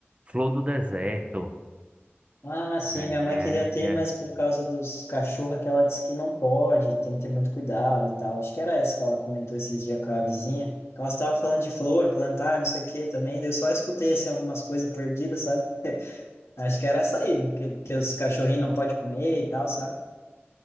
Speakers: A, on the right; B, on the left.
A: flor do deserto,
B: ah, sim,
A: é,
B: minha mãe queria ter,
A: tem a-
B: mas por causa dos cachorros que ela disse que não pode, tem que ter muito cuidado e tal. Acho que era essa que ela comentou esses dias com a vizinha. Que ela estava falando de flor, plantar, não sei o que também, daí eu só escutei, assim, algumas coisas perdidas, sabe? Acho que era essa aí, que, que os cachorrinhos não podem comer e tal, sabe?